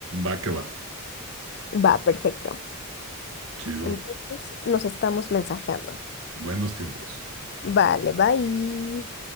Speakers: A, on the right; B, on the left.
A: Va que va,
B: Va, perfecto.
A: chido,
B: Entonces, nos estamos mensajeando.
A: buenos tiempos.
B: Vale, bye.